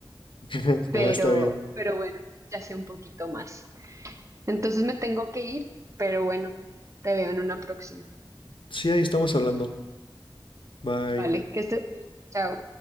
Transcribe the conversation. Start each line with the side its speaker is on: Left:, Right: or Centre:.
Left: <laughs>
Right: Pero,
Left: nada, está bien.
Right: pero bueno, ya sé un poquito más. Entonces me tengo que ir, pero bueno, te veo en una próxima.
Left: Sí, ahí estamos hablando. Bye.
Right: Vale, que estés bien. Chao.